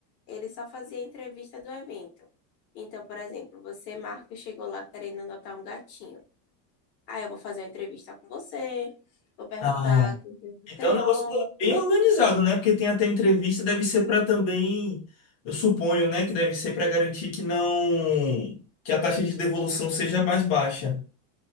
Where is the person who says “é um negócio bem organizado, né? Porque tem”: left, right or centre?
Left